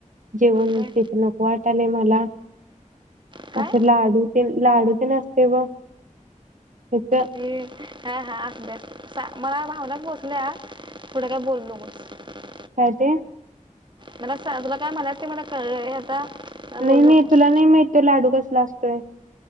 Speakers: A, on the right (about 75°); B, on the right (about 35°).
A: जेवण
B: काय
A: तेच नको वाटालय मला
B: काय
A: असं लाडू ते लाडू तेन आसतय ब हेच
B: हे हा हा आसूदे आसू मला भावना पोहचल्या पुढ काय बोलो नकोस
A: काय ते?
B: मला स तुला काय म्हणायच मला ते कळलय आता काय
A: नाही
B: बोलू
A: नाही
B: नकोस
A: तुला नाही माहित तो लाडू कस ला आसतोय